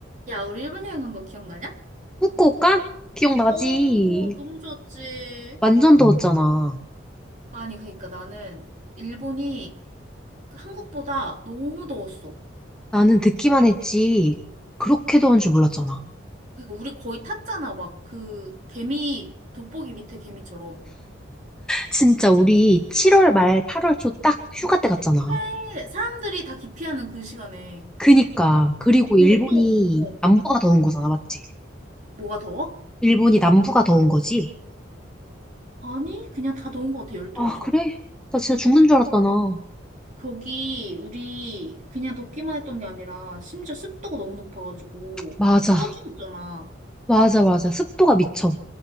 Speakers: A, on the right; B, in the centre.
A: 야, 우리 일본 여행 간 거 기억나냐?
B: 후쿠오카? 기억나지?
A: 어 너무 좋았지.
B: 완전 더웠잖아.
A: 아니, 그러니까 나는 일본이 한국보다 너무 더웠어.
B: 나는 듣기만 했지. 그렇게 더운 줄 몰랐잖아.
A: 그러니까 우리 거의 탔잖아. 막 그 개미, 돋보기 밑에 개미처럼.
B: 진짜 우리 7월 말 8월 초 딱 휴가 때 갔잖아.
A: 그래, 사람들이 다 기피하는 그 시간에.
B: 그니까. 그리고
A: 근데
B: 일본이
A: 또, 어,
B: 남부가 더운 거잖아, 맞지?
A: 뭐가 더워?
B: 일본이 남부가 더운 거지?
A: 아니, 그냥 다 더운 것 같아, 열도라서.
B: 아, 그래? 나 진짜 죽는 줄 알았잖아.
A: 거기 우리 그냥 덥기만 했던 게 아니라 심지어 습도가 너무 높아가지고
B: 맞아.
A: 쪄 죽었잖아.
B: 맞아, 맞아. 습도가 미쳐.